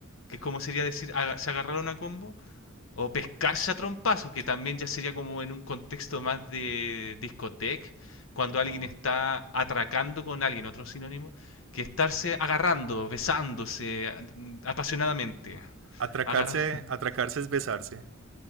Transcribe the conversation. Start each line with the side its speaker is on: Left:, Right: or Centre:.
Left: que es como sería decir, aga- se agarraron a combo O pescarse a trompazo, que también ya sería como en un contexto más de discoteca, cuando alguien
Right: Oh.
Left: está atracando con alguien, otro sinónimo, que estarse agarrando, besándose mm, apasionadamente.
Right: Atracarse,
Left: Agarrar. <laughs>
Right: atracarse es besarse.